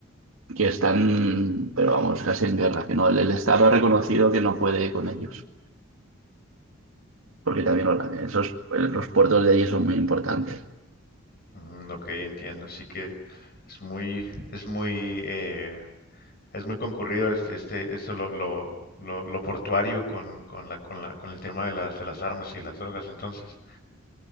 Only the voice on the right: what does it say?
que están, pero vamos, casi en guerra, que no, el, el Estado ha reconocido que no puede con ellos, porque también Hola- esos, los puertos de allí son muy importantes.